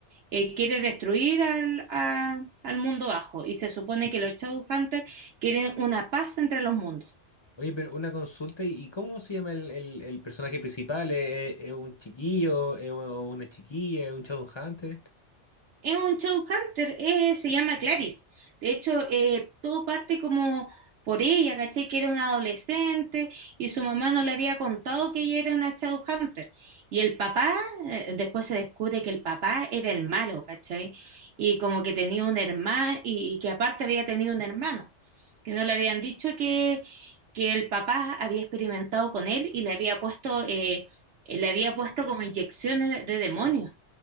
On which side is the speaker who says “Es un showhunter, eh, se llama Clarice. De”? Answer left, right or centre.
Right